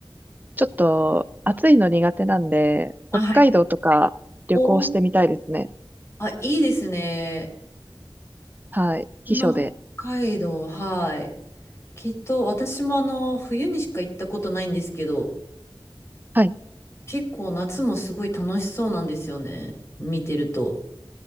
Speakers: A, on the right; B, on the left.
A: ちょっと暑いの苦手なんで、
B: あ、
A: 北海道とか旅行してみたいですね。
B: はい。おーあ、いいですね。
A: はい。
B: その北海道、
A: 避暑で。
B: はい。きっと、私もあの、冬にしか行ったことないんですけど、
A: はい。
B: 結構夏もすごい楽しそうなんですよね。見てると。